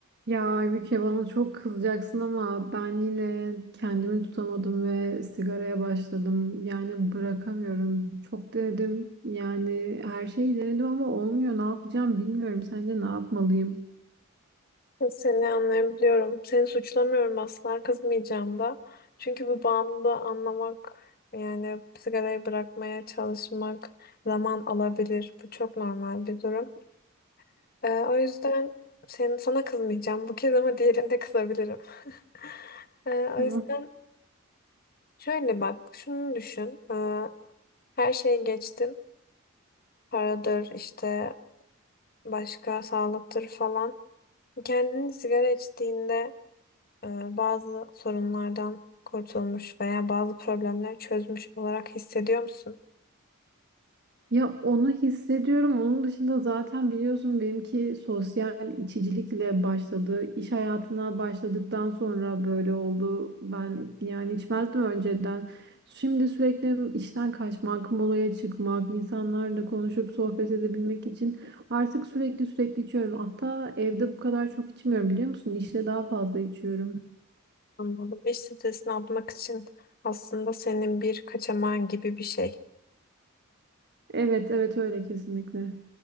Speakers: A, on the right; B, on the left.
A: Ya Aybüke bana çok kızacaksın ama ben yine kendimi tutamadım ve sigaraya başladım. Yani bırakamıyorum. Çok denedim. Yani her şeyi denedim ama olmuyor. Ne yapacağım bilmiyorum. Sence ne yapmalıyım?
B: Seni anlayabiliyorum. Seni suçlamıyorum asla kızmayacağım da. Çünkü bu bağımlılığı anlamak yani sigarayı bırakmaya çalışmak zaman alabilir. Bu çok normal bir durum. Ee, o yüzden senin, sana kızmayacağım. Bu kez ama diğerinde kızabilirim. <laughs> Ee, o
A: Hı.
B: yüzden şöyle bak şunu düşün. Ee, her şeyi geçtim. Paradır işte başka sağlıktır falan. Kendini sigara içtiğinde e, bazı sorunlardan kurtulmuş veya bazı problemleri çözmüş olarak hissediyor musun?
A: Ya onu hissediyorum. Onun dışında zaten biliyorsun benimki sosyal içicilikle başladı. İş hayatına başladıktan sonra böyle oldu. Ben yani içmezdim önceden. Şimdi sürekli işten kaçmak, molaya çıkmak, insanlarla konuşup sohbet edebilmek için artık sürekli sürekli içiyorum. Hatta evde bu kadar çok içmiyorum biliyor musun? İşte daha fazla içiyorum.
B: Anladım. İş stresini atmak için aslında senin bir kaçamağın gibi bir şey.
A: Evet, evet öyle kesinlikle.